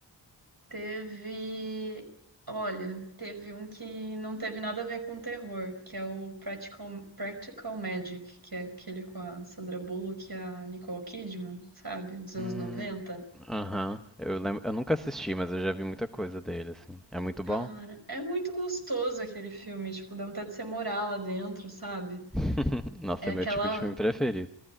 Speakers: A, on the right (about 55°); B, in the centre.
A: Teve. Olha, teve um que não teve nada a ver com terror, que é o Practical, Practical Magic, que é aquele com a Sandra Bullock e a Nicole Kidman, sabe? Dos anos
B: Hum,
A: noventa
B: aham. Eu lembro, eu nunca assisti, mas eu já vi muita coisa dele, assim. É muito
A: Cara,
B: bom?
A: é muito gostoso aquele filme, tipo, dá vontade de você morar lá dentro, sabe?
B: <laughs> Nossa,
A: É aquela.
B: é meu tipo de filme preferido.